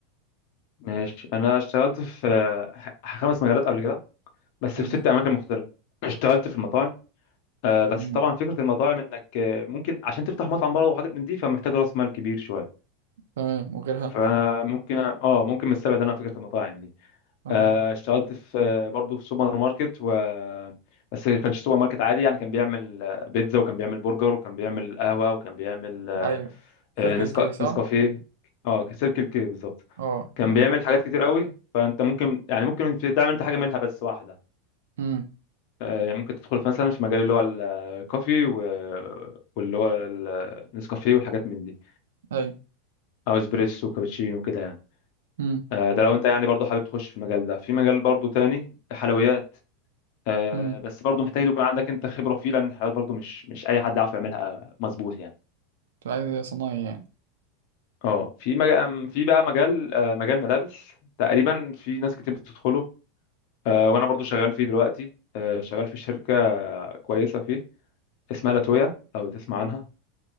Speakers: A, on the left; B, on the right.
A: ماشي انا اشتغلت في آه، خمس مجالات قبل كده بس
B: مم.
A: في ست اماكن مختلفه اشتغلت في المطاعم آه، بس
B: مم.
A: طبعا فكره المطاعم انك آه، ممكن عشان تفتح مطعم بره وحاجات من دي فمحتاج راس مال كبير شويه
B: تمام وغيرها
A: فممكن اه ممكن من السبع ده انا فكره المطاعم دي
B: تمام
A: آه، اشتغلت في آه، برضه في سوبر ماركت و بس ما كانش سوبر ماركت عادي يعني كان بيعمل آه، بيتزا وكان بيعمل برجر وكان بيعمل قهوه وكان بيعمل آه،
B: ايوه
A: آه،
B: سيركل
A: نسكا-
B: كي صح
A: نسكافيه اه سيركل كي بالظبط
B: اه
A: كان
B: تمام
A: بيعمل حاجات كتير قوي فانت ممكن يعني ممكن في- تعمل انت حاجه منها بس واحده
B: امم
A: آه، ممكن تدخل في مثلا في مجال اللي هو ال- الكوفي و... واللي هو ال- النسكافيه والحاجات من دي
B: ايوه
A: او اسبريسو وكابتشينو وكده يعني
B: امم
A: آه، ده لو انت يعني برضه حابب تخش في المجال ده في مجال برضه تاني حلويات آه،
B: امم
A: بس برضه محتاج يكون عندك انت خبره فيه لان الحلويات برضه مش مش اي حد يعرف يعملها مظبوط يعني
B: انت عايز صنايعي يعني
A: اه في مجال في بقى مجال آه، مجال ملابس تقريبا في ناس كتير بتدخله آه، وانا برضو شغال فيه دلوقتي آه، شغال في شركه كويسه فيه اسمها لاتويا لو تسمع عنها